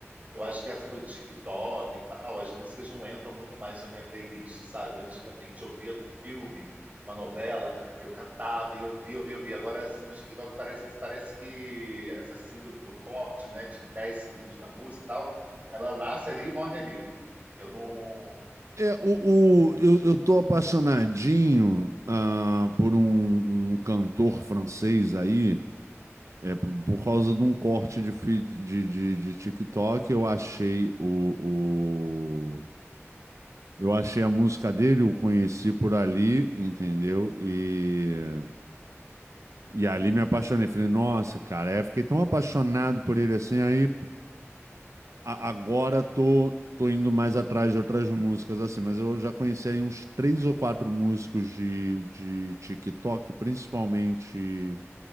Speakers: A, on the right (about 35°); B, on the right (about 85°).
A: Eu acho que essa coisa de TikTok e tal, as músicas não entram muito mais na minha playlist, sabe? Antigamente eu via num filme, numa novela, eu catava e eu via, eu via, eu via. Agora, assim, no TikTok parece, parece que essa síndrome do corte, né, de 10 segundos da música e tal, ela nasce ali e morre ali. Eu não.
B: É, o, o- eu, eu tô apaixonadinho ah, por um, um cantor francês aí, é, por, por causa de um corte de, feed- de, de, de TikTok, eu achei o, o- Eu achei a música dele, eu conheci por ali, entendeu? E, e ali me apaixonei. Falei, nossa, cara, aí eu fiquei tão apaixonado por ele assim, aí a- agora tô, tô indo mais atrás de outras músicas, assim, mas eu já conheci aí uns três ou quatro músicos de, de TikTok, principalmente